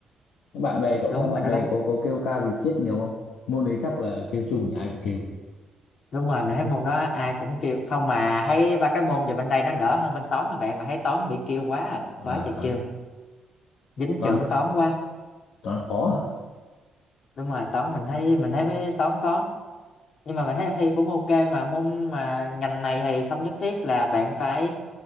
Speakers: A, on the left; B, on the left.
A: Thế bạn bè cậu
B: đúng
A: sao bạn
B: bạn nói
A: bè
B: đúng
A: có có kêu ca vì triết nhiều không môn đấy chắc là kêu chung ai cũng kêu
B: đúng rồi mình thấy môn đó ai cũng kêu không mà thấy ba cái môn về bên đây nó đỡ hơn bên toán các bạn mà thấy toán bị kêu quá à
A: à
B: quá trời
A: toán
B: kêu dính
A: toán
B: trưởng toán quá
A: toán khó
B: đúng rồi toán mình thấy mình thấy mấy toán khó nhưng mà mình thấy thi cũng ok mà môn mà ngành này thì không nhất thiết là bạn phải